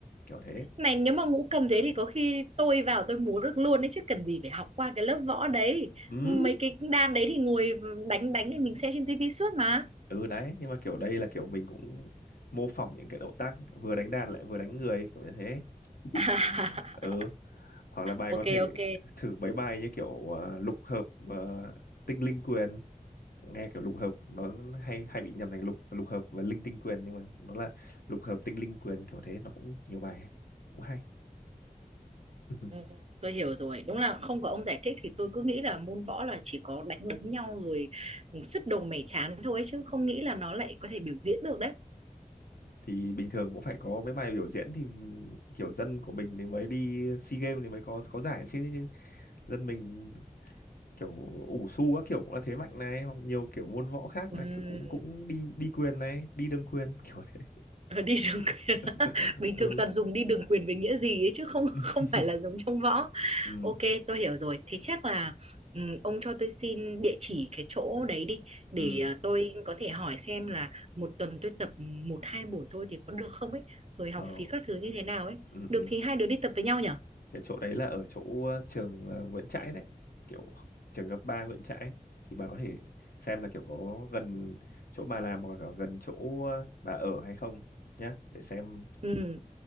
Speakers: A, on the left; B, on the right.
A: kiểu thế
B: này nếu mà ngũ cầm thế thì có khi tôi vào tôi múa được luôn đấy chứ cần gì phải học qua cái lớp võ đấy
A: ừ
B: mấy cái đàn đấy thì ngồi đánh đánh thì mình xem trên tivi suốt mà
A: ừ đấy nhưng mà kiểu đây là kiểu mình cũng mô phỏng những cái động tác vừa đánh đàn lại vừa đánh người kiểu như thế <laughs>
B: <laughs>
A: ừ hoặc là bài
B: ok
A: có thể
B: ok
A: thử mấy bài như kiểu ờ, lục hợp ờ, tinh linh quyền nghe kiểu lục hợp nó hay hay bị nhầm thành lục lục hợp và linh tinh quyền nhưng mà nó là lục hợp tinh linh quyền kiểu thế nó cũng nhiều bài cũng hay <laughs>
B: Ừ, tôi hiểu rồi đúng là không có ông giải thích thì tôi cứ nghĩ là môn võ là chỉ có đánh đấm nhau rồi ừ, sứt đồ mẻ chán thôi chứ không nghĩ là nó lại có thể biểu diễn được đấy
A: thì bình thường cũng phải có mấy bài biểu diễn thì kiểu dân của mình thì mới đi SEA Games thì mới có có giải chứ, chứ dân mình kiểu ủ xu các kiểu cũng là thế mạnh này hoặc nhiều kiểu môn võ khác
B: Ừm,
A: là kiểu cũng cũng đi đi quyền này đi đương quyền kiểu thế
B: ờ, đi đường quyền
A: <laughs>
B: <laughs> bình thường
A: ừ
B: toàn dùng đi đường quyền với nghĩa gì ấy chứ không
A: <laughs>
B: không phải là giống trong võ
A: ừ
B: ok tôi hiểu rồi thì chắc là ừm, ông cho tôi xin địa chỉ cái chỗ đấy đi để
A: ừ
B: ờ, tôi có thể hỏi xem là một tuần tôi tập một hai buổi thôi thì có được không ấy rồi học
A: ờ
B: phí các thứ như thế nào ấy
A: ừ
B: được
A: ừ
B: thì hai đứa đi tập với nhau nhỉ
A: cái chỗ đấy là ở chỗ ờ, trường ờ, Nguyễn Trãi đấy kiểu trường cấp 3 Nguyễn Trãi thì bà có thể xem là kiểu có gần chỗ bà làm hoặc là gần chỗ ờ, bà ở hay không nhá để xem
B: Ừ,